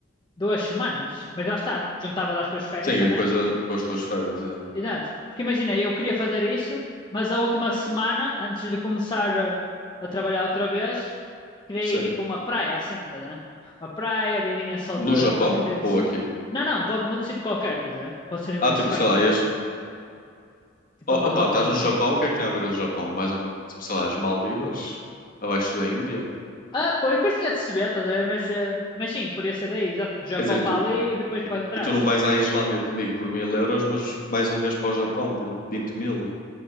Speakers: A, on the left (about 25°); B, on the left (about 45°).
A: duas semanas. Mas lá está, juntavas às tuas férias
B: Sim,
A: também.
B: e depois a, com as tuas férias, é.
A: Exato. Porque imagina, eu queria fazer isso, mas a última semana, antes de começar ah, a trabalhar outra vez, criei
B: Sim.
A: tipo uma praia assim, tá, né? Uma praia, vidinha só
B: No
A: de
B: Japão
A: cocktailzinho.
B: ou aqui?
A: Não, não, pode noutro sítio qualquer, estás a ver? Pode ser ali
B: Ah,
A: em
B: tipo,
A: Espanha
B: sei lá,
A: e tudo.
B: ias.
A: Tipo
B: Oh,
A: a Marrocos
B: opa, estás
A: ou
B: no
A: assim.
B: Japão, o que é que tem a ver o Japão? Mais ou menos, tipo, sei lá, as Maldivas? Abaixo da Índia?
A: Ah, pois, depois tinha de se ver, estás a ver? Mas, eh, mas sim, podia ser daí, exato, do Japão
B: Quer dizer, e
A: para
B: tu,
A: ali e depois para
B: e,
A: trás.
B: e tu não vais à Islândia comigo por mil euros, mas vais um mês para o Japão por vinte mil?